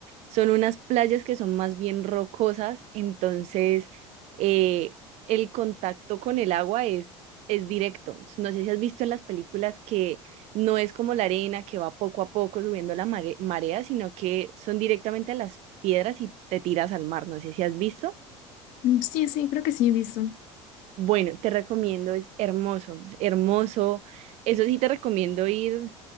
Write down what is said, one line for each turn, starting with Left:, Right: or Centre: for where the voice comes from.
Right: son unas playas que son más bien rocosas, entonces eh, el contacto con el agua es, es directo. No sé si has visto en las películas que no es como la arena que va poco a poco subiendo la mare- marea, sino que son directamente a las piedras y te tiras al mar. No sé si has visto.
Left: Mm, Sí, sí, creo que sí he visto.
Right: Bueno, te recomiendo, es hermoso, hermoso. Eso sí te recomiendo ir